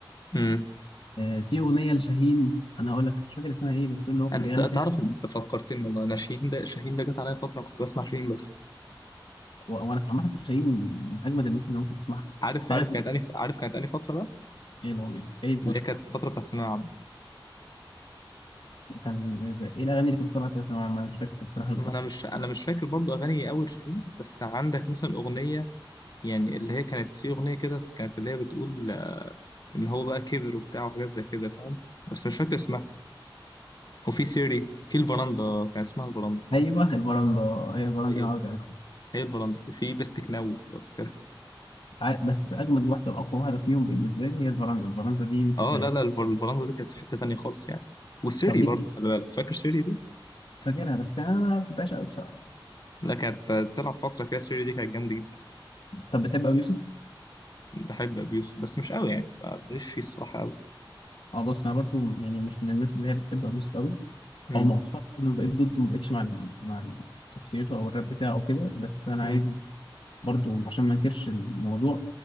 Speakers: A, on the left; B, on the left.
A: امم
B: آه في اغنيه لشاهين انا هقول لك مش فاكر اسمها ايه بس اللي هو كان
A: أنا
B: بيغني
A: ت- تعرف
B: فيها
A: أنت فكرتني والله أنا شاهين ده شاهين ده جت عليا فترة كنت بسمع شاهين بس
B: و- وانا عامه شيرين من اجمد الناس اللي ممكن تسمعها
A: عارف
B: لغايه
A: عارف
B: دل-
A: كانت أني عارف كانت أني فترة بقى
B: ايه الاغنيه ايه الفتره
A: اللي هي كانت الفترة بتاعت الثانوية العامة
B: كان زي ايه الاغاني اللي كانت طالعه اساسا انا ما- مش فاكر بصراحه الفتره
A: ما انا مش انا مش فاكر برضو اغاني اول شاهين بس عندك مثلا اغنيه يعني اللي هي كانت في اغنيه كده كانت اللي هي بتقول آه، ان هو بقى كبر وبتاع وحاجات زي كده فاهم بس مش فاكر اسمها وفي سيري في الفراندا كان اسمها الفراندا
B: ايوه البراندا هي البراندا
A: هي
B: اللي انا قصدي عليها
A: هي الفراندا وفي بستك ناو لو فاكرها
B: ع- بس اجمد واحده واقوى واحده فيهم بالنسبه لي هي البراندا البراندا دي مفيش
A: اه
B: زيها
A: لا لا الفر- الفراندا دي كانت في حته تانية خالص يعني وسيري
B: طب ليه
A: برضو
B: كده
A: خلي بالك فاكر سيري دي
B: فاكرها بس انا ما بحبهاش قوي بصراحه
A: لا كانت آه، تلعب فتره كده سيري دي كانت جامده جدا
B: طب بتحب ابو يوسف
A: بحب ابي يوسف بس مش قوي يعني آه، ماليش فيه الصراحه قوي
B: اه بص انا برضو يعني مش من الناس اللي هي بتحب ابو يوسف قوي
A: امم
B: او مؤخرا بقيت ضده ما بقتش مع ال- مع ال- شخصيته او الراب بتاعه وكده بس انا
A: امم
B: عايز برضو عشان ما انكرش الموضوع